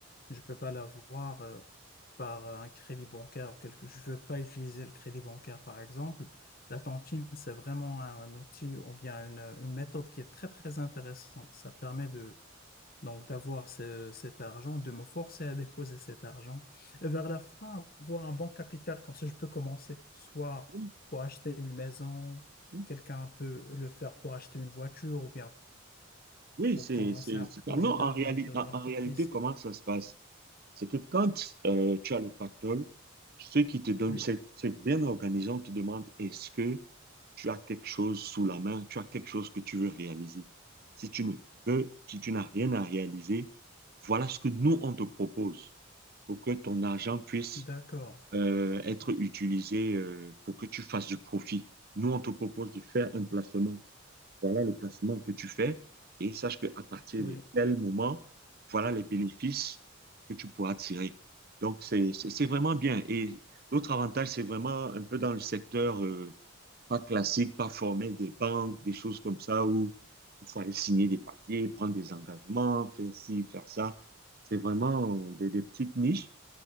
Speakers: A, on the left; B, on the right.
A: je peux pas l'avoir euh, par un crédit bancaire ou quelque, je veux pas utiliser le crédit bancaire, par exemple. La tontine, c'est vraiment un outil ou bien une, une méthode qui est très, très intéressante. Ça permet Donc, d'avoir ce- cet argent, de me forcer à déposer cet argent. Et vers la fin, avoir un bon capital, comme ça, je peux commencer. Soit
B: Oui,
A: pour acheter une maison,
B: oui.
A: quelqu'un peut le faire pour acheter une voiture ou bien
B: Oui,
A: pour
B: c'est,
A: commencer
B: c'est,
A: un
B: c'est
A: projet
B: pas- Non,
A: d'avenir,
B: en réalité,
A: ouvrir une
B: en,
A: entreprise.
B: en réalité, comment ça se passe? C'est que quand euh, tu as le pactole, ceux qui te donnent,
A: Oui,
B: c'est c'est bien organisé, on te demande est-ce que tu as quelque chose sous la main, tu as quelque chose que tu veux réaliser. Si tu ne veux, si tu n'as rien à réaliser, voilà ce que nous, on te propose pour que ton argent puisse
A: d'accord.
B: euh, être utilisé euh, pour que tu fasses du profit. Nous, on te propose de faire un placement. voilà le placement que tu fais et sache qu'à partir
A: Oui.
B: de tel moment, voilà les bénéfices que tu pourras tirer. Donc, c'est, c'est c'est vraiment bien. Et l'autre avantage, c'est vraiment un peu dans le secteur euh, pas classique, pas formel des banques, des choses comme ça où il faut aller signer des papiers, prendre des engagements, faire ci, faire ça. C'est vraiment des, des petites niches